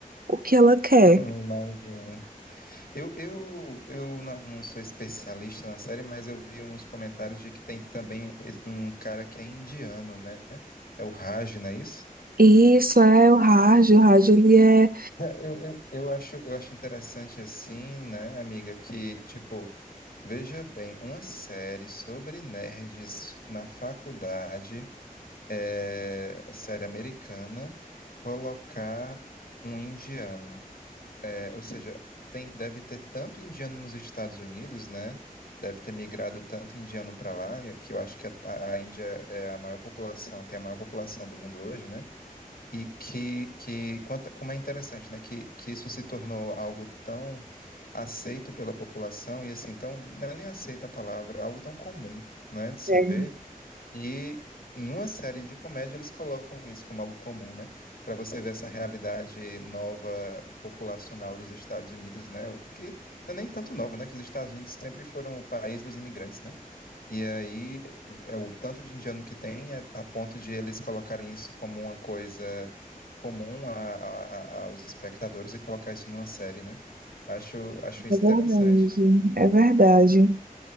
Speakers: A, on the right; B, on the left.
A: o que ela quer.
B: Não imagino. Eu, eu, eu na- não sou especialista na série, mas eu vi uns comentários de que tem também um cara que é indiano, né? É o Raj, não é isso?
A: E isso é o Raj, o Raj, ele é...
B: É, Eu, eu, eu acho, eu acho interessante assim, né, amiga, que, tipo, veja bem, uma série sobre nerds na faculdade, é, série americana, colocar um indiano. É, ou seja, tem, deve ter tanto indiano nos Estados Unidos, né? Deve ter migrado tanto indiano para lá, que eu acho que a, a Índia é a maior população, tem a maior população do mundo hoje, né? E que, que quanto- como é interessante, né? Que, que isso se tornou algo tão aceito pela população, e assim, então, não é nem aceita a palavra, é algo tão comum, né, de se
A: É,
B: ver, que em uma série de comédia eles colocam isso como algo comum, né? Para você ver essa realidade nova populacional dos Estados Unidos, né? o Que não é nem tanto nova, né? Que os Estados Unidos sempre foram o país dos imigrantes, né? E aí, é o tanto de indiano que tem é a ponto de eles colocarem isso como uma coisa comum a, a- a- aos espectadores e colocar isso numa série, né? Acho, acho isso
A: é verdade,
B: interessante.
A: é verdade.